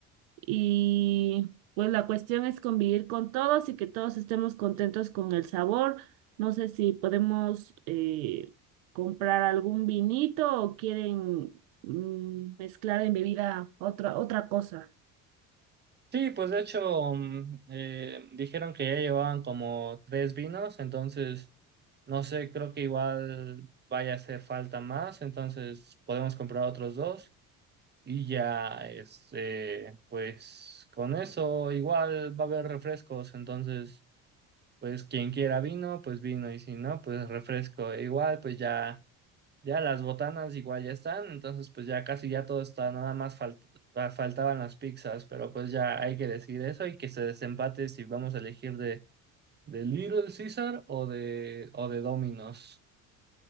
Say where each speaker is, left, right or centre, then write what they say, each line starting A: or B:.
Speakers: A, on the right; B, on the right.
A: Y pues la cuestión es convivir con todos y que todos estemos contentos con el sabor. No sé si podemos eh, comprar algún vinito o quieren mm, mezclar en bebida otra, otra cosa.
B: Sí, pues de hecho mm, eh, dijeron que ya llevaban como tres vinos, entonces no sé, creo que igual vaya a hacer falta más, entonces podemos comprar otros dos. Y ya, este, pues con eso igual va a haber refrescos, entonces, pues quien quiera vino, pues vino, y si no, pues refresco. E igual, pues ya, ya las botanas igual ya están, entonces pues ya casi ya todo está, nada más falt- fa- faltaban las pizzas, pero pues ya hay que decir eso y que se desempate si vamos a elegir de, de Little Caesar o de, o de Domino's.